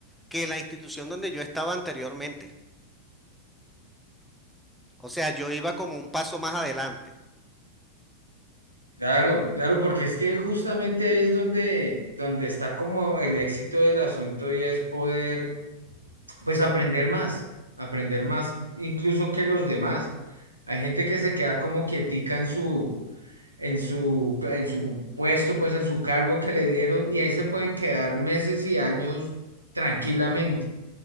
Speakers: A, in the centre; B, on the right.
A: que la institución donde yo estaba anteriormente. O sea, yo iba como un paso más adelante.
B: Claro, claro, porque es que justamente ahí es donde, donde está como el éxito del asunto y es poder, pues, aprender más, aprender más incluso que los demás. Hay gente que se queda como quietica en su, en su, en su puesto, pues en su cargo que le dieron y ahí se pueden quedar meses y años tranquilamente.